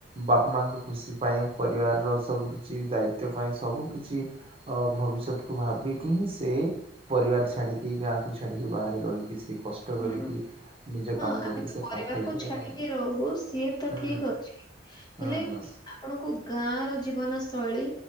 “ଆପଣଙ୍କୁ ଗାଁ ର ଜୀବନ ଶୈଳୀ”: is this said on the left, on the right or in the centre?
Left